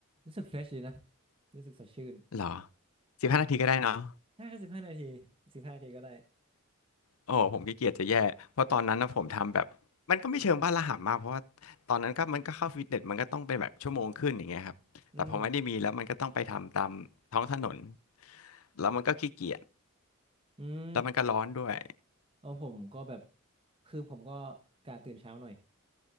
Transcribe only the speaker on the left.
เหรอสิบห้านาทีก็ได้เนาะ
โอ้โหผมขี้เกียจจะแย่เพราะตอนนั้นนะผมทำแบบมันก็ไม่เชิงบ้าระห่ำมากเพราะว่าตอนนั้นก็มันก็เข้าฟิตเนสมันก็ต้องเป็นแบบชั่วโมงครึ่งอย่างเงี้ยครับแต่พอไม่ได้มีแล้วมันก็ต้องไปทำตามท้องถนน
แล้วมันก็ขี้เกียจ
แล้วมันก็ร้อนด้วย